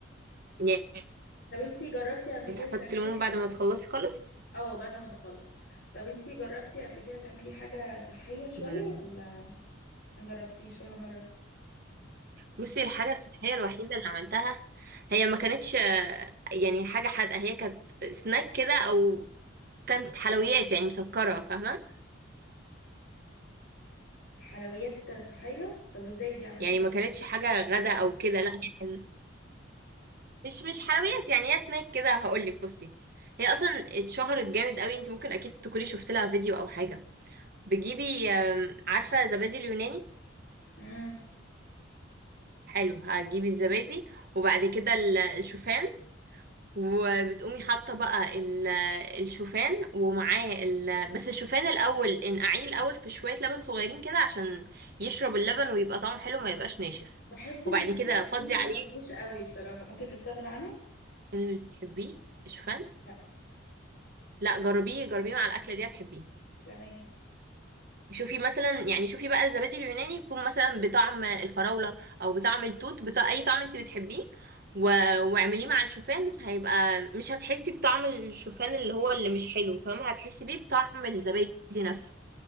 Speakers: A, on the right; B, on the left.
A: يعني
B: طب انتي جربتي قبل كده
A: تحطي
B: تعملي
A: ليمون بعد
B: حاجة
A: ما تخلصي خالص
B: اه بعد ما بخلص طب انتي جربتي قبل كده تعملي حاجة صحية شوية
A: مم.
B: ولا ما جربتيش ولا مرة
A: بصي الحاجة الصحية الوحيدة اللي عملتها هي ما كانتش آه، يعني حاجة حادقة هي كانت سناك كده أو كانت حلويات يعني مسكرة فاهمة
B: حلويات صحية طب ازاي دي عملتيها
A: يعني ما كانتش حاجة غدا أو كده لا هي كان مش مش حلويات يعني هي سناك كده هقولك بصي هي أصلا اتشهرت جامد قوي انت ممكن أكيد تكوني شفت لها فيديو أو حاجة بتجيبي آم، عارفة زبادي اليوناني
B: امم
A: حلو هتجيبي الزبادي وبعد كده ال- الشوفان وبتقومي حاطه بقى ال- الشوفان ومعاه ال... بس الشوفان الاول انقعيه الاول في شويه لبن صغيرين كده عشان يشرب اللبن ويبقى طعمه حلو ما يبقاش ناشف
B: بحس ان
A: وبعد
B: التون
A: كده
B: الموسيقي
A: فضي
B: ما
A: عليه
B: بحبوش قوي بصراحة ممكن نستغنى عنه
A: آه، تحبيه الشوفان
B: لا
A: لا جربيه جربيه مع الاكله دي هتحبيه
B: تمام
A: شوفي مثلا يعني شوفي بقى الزبادي اليوناني يكون مثلا بطعم الفراولة او بطعم التوت بتاع اي طعم انت بتحبيه و... واعمليه مع الشوفان هيبقى مش هتحسي بطعم الشوفان اللي هو اللي مش حلو فاهمة هتحسي بيه بطعم الزبادي نفسه